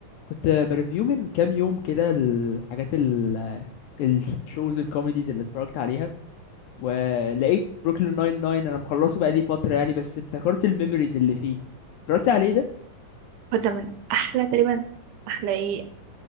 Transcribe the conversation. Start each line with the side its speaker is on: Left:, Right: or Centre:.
Left: كنت بريفيو من كام يوم كده الحاجات ال الشوز الكوميديز اللي اتفرجت عليها ولقيت بروكلين ناين ناين انا مخلصه بقالي فترة يعني بس افتكرت الميموريز اللي فيه اتفرجت عليه ده
Right: وده من احلى تقريبا احلى ايه